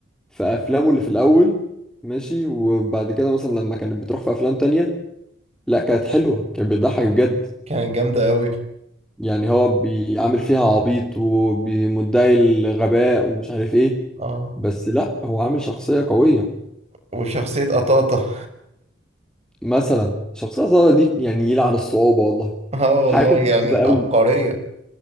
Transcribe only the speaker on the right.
كانت جامدة قوي
اه
وشخصية قطاطة <laughs>
اه
والله يعني
عبقرية